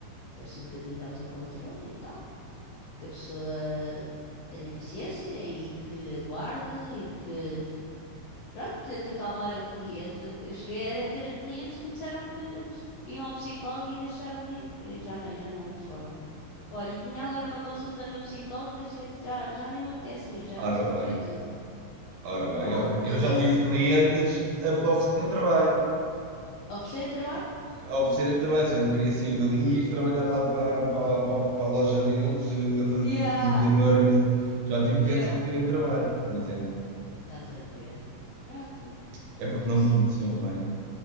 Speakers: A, on the left (about 70°); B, on the right (about 65°).
A: peço um bocadinho de autocontrole e tal, que a pessoa tenha paciência e que aguarde e que Pronto, tento acalmar o cliente. Eu cheguei a ter clientes que me disseram que, que iam ao psicólogo e deixaram de ir. E já não, já não foram. Olha, e tinha agora uma consulta no psicólogo, deixei, de- já, já nem me apetece ir, já
B: Ora
A: desabafei
B: bem,
A: tudo.
B: ora bem,
A: Pronto,
B: ora bem.
A: mas
B: Eu já
A: isso,
B: tive clientes a oferecer um trabalho.
A: oferecerem trabalho?
B: a oferecerem-me trabalho. Se eu não queria sair dali e ir trabalhar lá para, para, para, para a loja deles, eh, a fazer
A: Yeah,
B: como mediador. e não sei. Já tive clientes
A: yeah.
B: a pedirem-me trabalho, por exemplo.
A: Estás a ver? Pronto.
B: É porque
A: É
B: não
A: assim,
B: me conheciam bem.